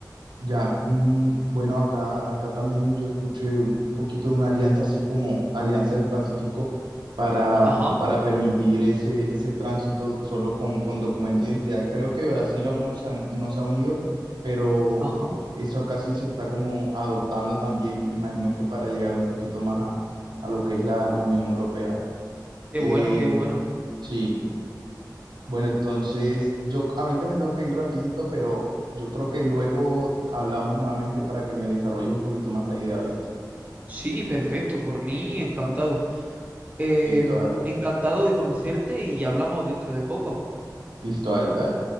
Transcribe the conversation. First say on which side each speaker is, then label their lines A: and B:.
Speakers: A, on the right; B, on the right.
A: ya. Mm, bueno, acá, acá también yo escuché un, un poquito de una alianza así como Alianza del Pacífico para,
B: Ajá,
A: para permitir ese, ese tránsito solo con, con documento de identidad. Creo que Brasil aún no se ha, no se ha unido, pero
B: ajá.
A: eso acá sí se está como adoptando también, me imagino que para llegar un poquito más a, a lo que es la, la Unión Europea.
B: Qué
A: Eh,
B: bueno, qué bueno.
A: Sí, bueno, entonces yo ahorita me tengo que ir rapidito, pero yo creo que luego hablamos nuevamente para que me desarrolle un poquito más la idea, ¿viste?
B: Sí, perfecto, por mí encantado. Eh,
A: Listo, dale.
B: encantado de conocerte y hablamos dentro de poco.
A: Listo, dale, dale.